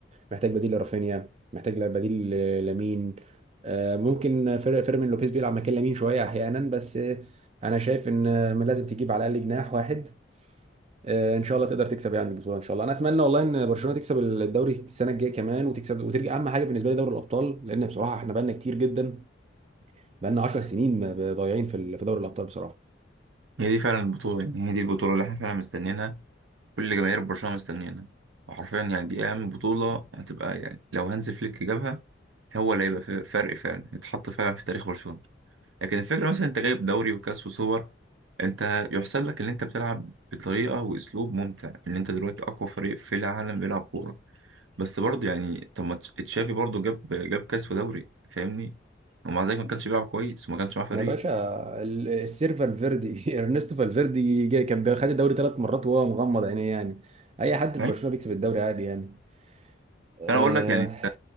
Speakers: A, on the right; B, on the right.
A: محتاج بديل لرافينيا محتاج ل- بديل ل- لمين آه، ممكن فير- فيرمين لوبيز بيلعب مكان لمين شويه احيانا بس آه، انا شايف ان آه، لازم تجيب على الاقل جناح واحد آه، ان شاء الله تقدر تكسب يعني البطوله ان شاء الله انا اتمنى والله ان برشلونه تكسب الدوري السنه الجايه كمان وتكسب وترجع اهم حاجه بالنسبه لي دوري الابطال لان بصراحه احنا بقالنا كتير جدا بقالنا 10 سنين ب- ضايعين في ال- في دوري الابطال بصراحه
B: هي دي فعلا البطولة يعني هي دي البطولة اللي احنا فعلا مستنيينها كل جماهير برشلونة مستنيينها وحرفيا يعني دي اهم بطولة هتبقى يعني لو هانز فليك جابها هو اللي هيبقى فارق فعلا يتحط فعلا في تاريخ برشلونة لكن الفكرة مثلا انت جايب دوري وكاس وسوبر انت يحسب لك ان انت بتلعب بطريقة واسلوب ممتع ان انت دلوقتي اقوى فريق في العالم بيلعب كورة بس برضه يعني طب ما تش- تشافي برضه جاب جاب كاس ودوري فاهمني ومع ذلك ما كانش بيلعب كويس وما كانش معاه فريق
A: يا باشا ال- السير فالفيردي <laughs> ارنستو فالفيردي جاي كان خد الدوري ثلاث مرات وهو مغمض عينيه يعني اي حد في
B: ايوه
A: برشلونه بيكسب الدوري عادي يعني آه،
B: فانا بقول لك يعني انت